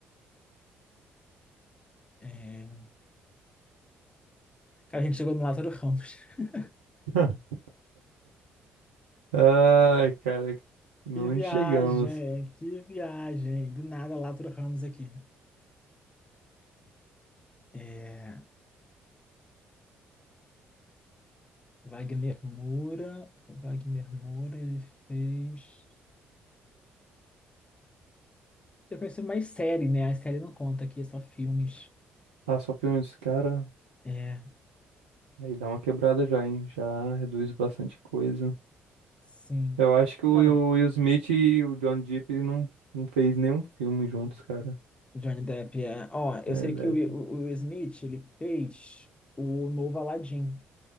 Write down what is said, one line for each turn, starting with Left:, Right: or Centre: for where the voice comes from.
Left: É, Cara, a gente chegou no Lázaro Ramos. <laughs>
Right: <laughs> Ai, cara, onde
Left: Que viagem,
Right: chegamos?
Left: que viagem. Do nada, Lázaro Ramos aqui. É, Wagner Moura, Wagner Moura, ele fez. Eu pensei mais série, né? A série não conta aqui, é só filmes.
Right: Ah, só filmes, cara,
Left: É,
Right: aí dá uma quebrada já, hein? Já reduz bastante coisa.
Left: sim.
Right: Eu acho que
Left: Não,
Right: o Will o Will Smith e o John Depp não, não fez nenhum filme juntos, cara.
Left: Johnny Depp é. Ó, eu
Right: É,
Left: sei que o,
Right: é-
Left: o, o Will Smith, ele fez o novo Aladdin.